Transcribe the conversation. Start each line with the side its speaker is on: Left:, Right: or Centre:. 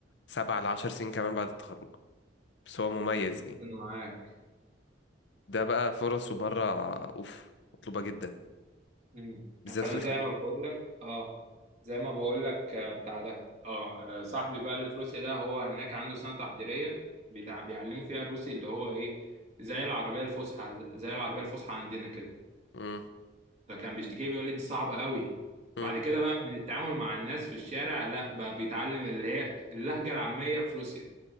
Left: سبع لعشر سنين كمان بعد التخرج بس هو مميز
Right: أنت
Left: يعني
Right: ربنا معاك
Left: ده بقى فرصه بره أوف مطلوبة جدا
Right: امم
Left: بالذات
Right: فأنا
Left: في الخليج
Right: زي ما بقول لك أه زي ما بقول لك آه، بتاع ده أه آه، صاحبي بقى اللي في روسيا ده هو هناك عنده سنة تحضيرية بتاع بيعلموا فيها الروسي اللي هو إيه زي العربية الفصحى زي العربية الفصحى عندنا كده
Left: مم.
Right: فكان بيشتكي لي بيقول لي دي صعبة قوي بعد
Left: مم.
Right: كده بقى من التعامل مع الناس في الشارع لا بقى بيتعلم اللي هي اللهجة العامية في روسيا